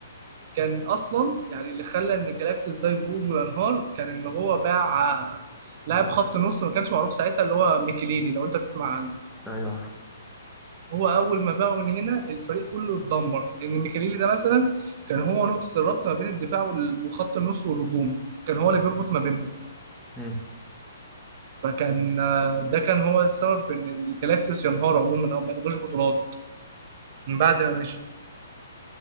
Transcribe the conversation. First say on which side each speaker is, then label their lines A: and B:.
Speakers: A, on the right; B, in the centre.
A: كان اصلا يعني اللي خلى ان الجلاكتيوس ده يبوظ وينهار كان ان هو باع آه، لاعب خط نص ما كانش معروف ساعتها اللي هو ميكيليلي لو انت تسمع عنه
B: ايوه عارف
A: هو اول ما باعه من هنا الفريق كله اتدمر لان ميكيليلي ده مثلا كان هو نقطة الربط ما بين الدفاع وال- وخط النص والهجوم كان هو اللي بيربط ما بينهم
B: امم
A: فكان آه، ده كان هو السبب في ان الجلاكتيوس ينهار عموما او ما ياخدوش بطولات من بعد ما مشي